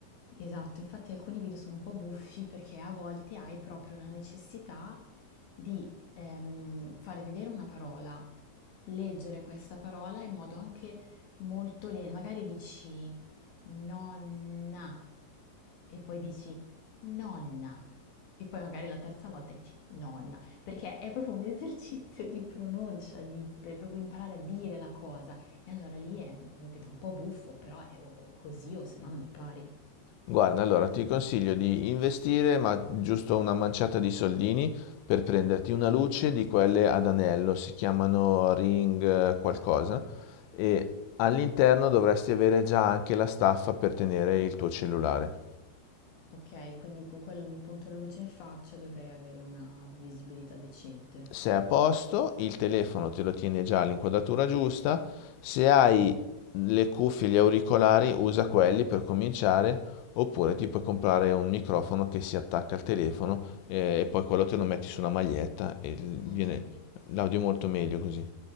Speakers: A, on the left; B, on the left.
A: Esatto, infatti alcuni video sono un po' buffi perché a volte hai proprio la necessità di ehm, fare vedere una parola, leggere questa parola in modo anche molto lento. Magari dici nonna e poi dici nonna e poi magari la terza volta dici nonna, perché è proprio un esercizio di pronuncia, di, per proprio imparare a dire la cosa. E allora lì è, capito, un po' buffo, però è o o così o se no non impari.
B: Guarda, allora ti consiglio di investire, ma giusto una manciata di soldini per prenderti una luce di quelle ad anello, si chiamano ring eh, qualcosa, e all'interno dovresti avere già anche la staffa per tenere il tuo cellulare.
A: Ok, quindi con quello mi punto la luce in faccia e dovrei avere una visibilità decente.
B: sei a posto, il telefono te lo tiene già all'inquadratura giusta, se hai le cuffie, gli auricolari, usa quelli per cominciare, oppure ti puoi comprare un microfono che si attacca al telefono eh, e poi quello te lo metti sulla maglietta e viene
A: Ok,
B: l'audio è molto meglio così.